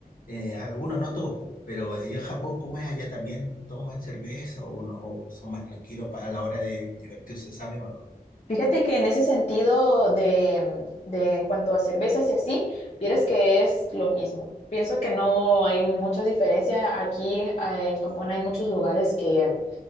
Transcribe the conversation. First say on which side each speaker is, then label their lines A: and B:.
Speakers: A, on the left (about 60°); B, on the left (about 45°).
A: eh, algunos no todos, po, pero allá en Japón, ¿cómo es? ¿Allá también toman cerveza o, no, o son más tranquilos pa- a la hora de divertirse, sabe o no?
B: Fíjate que en ese sentido de, de en cuanto a cervezas y así, vieras que es lo mismo. Pienso que no hay mucha diferencia. Aquí eh, en Japón hay muchos lugares que